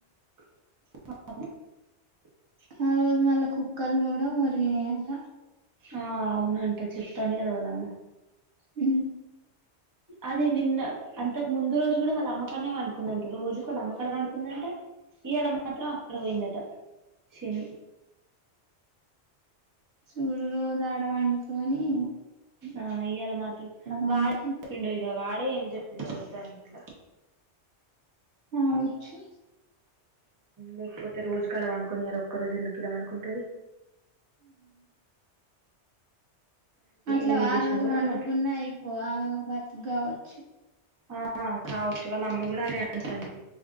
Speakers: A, on the right (about 20°); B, on the right (about 60°).
A: <unintelligible>
B: ఆ రోజు మళ్ళ కుక్కలు కూడా మొరిగిన్నాయి, అంట
A: ఆ అవునంట చెప్తాది, కదా వాళ్ళ అమ్మ
B: ఉ
A: అది నిన్న అంతకు ముందు రోజు కూడా వాళ్ళ అమ్మకాడనే పండుకుందంట రోజుకు వాళ్ళ, అమ్మకాడ పండుకుందంట ఇవాళ మాత్రం అక్కడ పోయిందట, శని
B: సూడు రోజు ఆడ పండుకొన్ని,
A: ఆ ఇయాలా మాత్రం
B: వండుకొని
A: వాడికి వాడి ఎం చెప్పిండో వద్దు అన్ని గిట్ల
B: కావొచ్చు,
A: లేకపోతే రోజు గాడా పండుకున్ని ఇడా ఒక్క రోజు ఎందుకు ఇడా పండుకున్న, కుంటది.
B: అట్ల
A: ఇన్ని
B: ఆ
A: చేసినా
B: రోజు
A: కూడా
B: పండుకున్నా
A: మ
B: అయిపోవు, ఆమె గావోచ్చు,
A: ఆ కావచ్చు వాళ్ళ అమ్మ కూడా అదే అంటాందీ